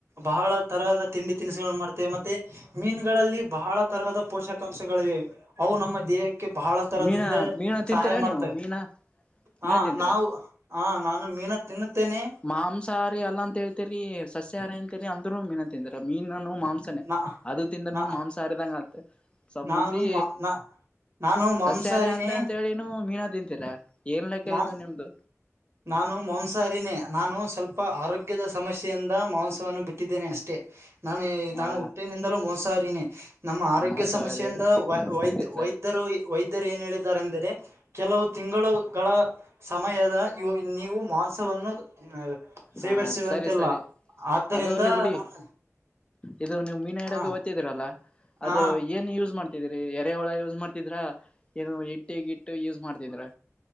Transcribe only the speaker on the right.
ಬಹಳ ತರಹದ ತಿಂಡಿ ತಿನಿಸು ಮಾಡ್ತೇವೆ. ಮತ್ತೆ ಮೀನ್ಗಳಲ್ಲಿ ಬಹಳ ತರಹದ ಪೋಷಕ ಅಂಶಗಳಿವೆ ಅವು ನಮ್ಮ ದೇಹಕ್ಕೆ ಕೆ ಬಹಳ ತರದಿಂದ
ಸಹಾಯ
ಮಾಡ್ತವೆ.
ಹಾ
ನಾವು ಹ ನಾನು ಮೀನ ತಿನ್ನುತ್ತೇನೆ.
ನಾ
ನಾ
ನಾನು
ಮ- ನಾ ನಾನು ಮಾಂಸಾರಿನೇ
ನಾನ್
ನಾನು ಮಾಂಸಹಾರಿನೇ ನಾನು ಸ್ವಲ್ಪ ಆರೋಗ್ಯದ ಸಮಸ್ಯೆಯಿಂದ ಮಾಂಸವನ್ನು ಬಿಟ್ಟಿದ್ದೇನೆ ಅಷ್ಟೇ. ನಾನು
ನಾನು ಹುಟ್ಟಿನಿಂದಲೂ ಮಾಮ್ಸಹಾರಿನೇ. ನಮ್ಮ ಆರೋಗ್ಯ
ಸಮಸ್ಯೆಯಿಂದ ವ ವೈದ್ಯ
ವೈದ್ಯರು ವೈದ್ಯರು ಏನು ಹೇಳಿದ್ದಾರೆಂದರೆ ಕೆಲವು ತಿಂಗಳುಗಳ ಸಮಯದ ಇ ನೀವು ಮಾಂಸವನ್ನು ಸೇವರಿಸುವಂತಿಲ್ಲ
ಆದ್ದರಿಂದ
ನಾನು
ಹ
ಹ